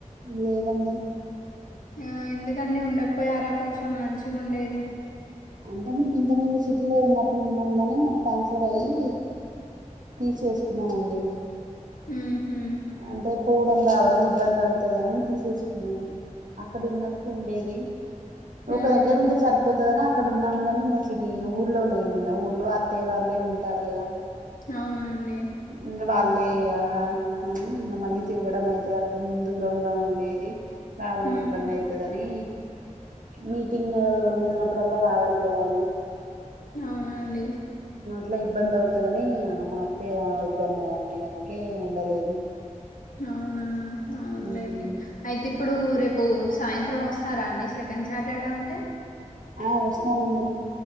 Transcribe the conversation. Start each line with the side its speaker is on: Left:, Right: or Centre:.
Right: లేదండి
Left: ఆ ఎందుకండి ఉండకపోయారా కొంచెం మంచిగా ఉండేది
Right: అంటే మేము ఇంతకుముందు సిటీలో ఉన్నప్పుడు ఉన్నాము కానీ మాకు ట్రాన్స్ఫర్ అయ్యి తీసేసుకున్నామండి
Left: మ్మ్ హ్మ్
Right: అంటే పోవడం కావడం ఇబ్బంది అవుతుందని తీసేసుకున్నాము అక్కడ ఉన్నప్పుడు ఉండేది
Left: హ్మ్.
Right: ఒక దగ్గరు ఉంటే సరిపోతుదనా అక్కడ ఉన్నాము కాని నచ్చది ఊర్లో లే ఏమైనా ఊర్లో అత్త్య వాళ్ళే ఉంటారు కదా
Left: అవునా అండి
Right: ఇంగ వాళ్ళే ఇక అని నిన్న మళ్ళీ తిరగడం అయితది అప్పుడు ముందు ద్రంగా ఉండేది రావడం
Left: హ్మ్.
Right: ఇబ్బంది అయితదని మీటింగ్ ఉన్నప్పుడల్లా రావాలి కదా అన్డి
Left: అవునండి
Right: ఇట్లా ఇబ్బంది అవుతుందని ఆ మా అత్త్య వద్దన్నదాంన్ని అందుకే ఉండలేదు
Left: అవునా అవునులేండి
Right: మ్
Left: అయితే ఇప్పుడు రేప్ ప్పు సాయంత్రం వస్తారా అండి సెకండ్ సాటర్డే ఉంటే
Right: ఆ వస్తామండి